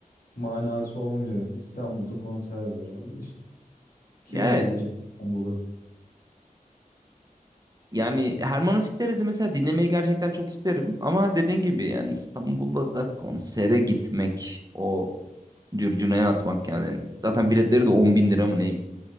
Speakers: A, on the left; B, on the right.
A: manası olmuyor. İstanbul'da konser var ama işte kim
B: Ya
A: gidecek
B: evet
A: İstanbul'a?
B: Yani Hermanos Gideriz'i mesela dinlemeyi gerçekten çok isterim. Ama dediğin gibi yani İstanbul'da da konsere gitmek o cürcüneye atmak kendini. Zaten biletleri de 10 bin lira mı neymiş?